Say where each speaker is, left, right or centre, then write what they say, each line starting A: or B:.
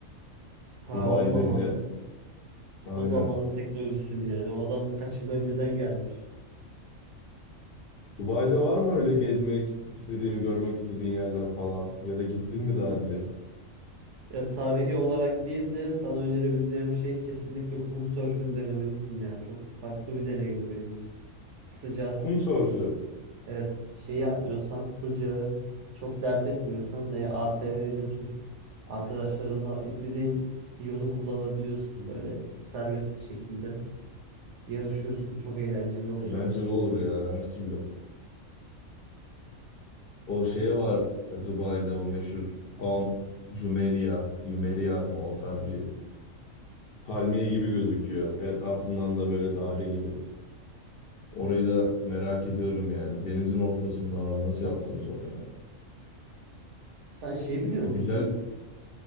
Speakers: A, on the right; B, on the left.
A: Ta
B: Dubai'de
A: o zaman
B: bile. Aynen.
A: o zamanın teknolojisini yani o adam kaç yıl önceden gelmiş.
B: Dubai'de var mı öyle gezmek istediğimi görmek istediğin yerler falan? Ya da gittin mi daha önce?
A: Ya tarihi olarak değil de sana önerebileceğim şey kesinlikle kum sörfünü denemelisin ya. Çok farklı bir deneyimdi benim için. Sıcağı,
B: Kum sörfü.
A: Evet, şey yapmıyorsan, sıcağı çok dert etmiyorsan veya ATV ile tur arkadaşlarınla istediğin yolu kullanabiliyorsun böyle serbest bir şekilde yarışıyorsun. Çok eğlenceli oluyor.
B: Eğlenceli olur ya her türlü. O şey var e, Dubai'de o meşhur Palm Jumeirah. Jumeirah mı o tarz bir palmiye gibi gözüküyor. Etrafından da böyle daire gibi. Orayı da merak ediyorum yani. Denizin ortasında abi nasıl yaptınız onu ya?
A: Sen şey biliyor
B: E,
A: musun?
B: güzel.